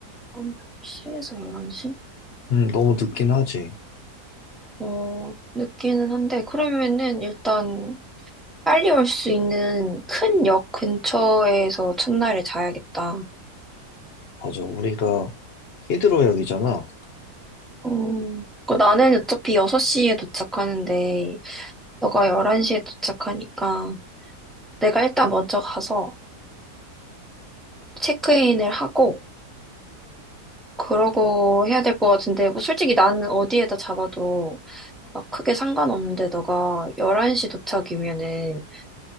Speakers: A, in the centre; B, on the left.
A: 한1시에서 11시?
B: 음, 너무 늦긴 하지.
A: 어, 늦기는 한데, 그러면은 일단 빨리 올 수 있는 큰 역 근처에서 첫날에 자야겠다.
B: 맞아. 우리가 히드로역이잖아.
A: 어, 그 나는 어차피 6시에 도착하는데, 너가 11시에 도착하니까 내가 일단 먼저 가서 체크인을 하고 그러고 해야 될 것 같은데 뭐 솔직히 나는 어디에다 잡아도 막 크게 상관없는데 너가 11시 도착이면은